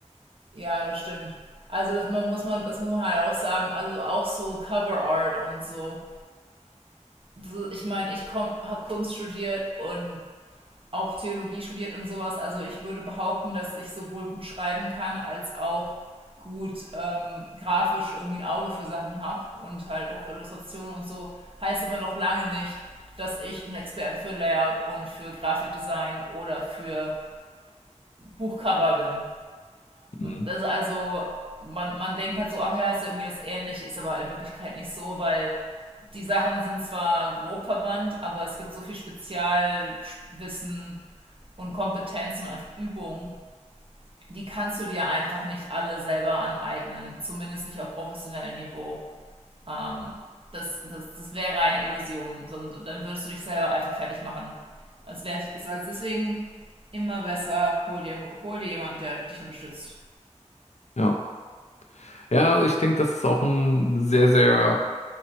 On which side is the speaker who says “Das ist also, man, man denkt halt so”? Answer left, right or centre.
Right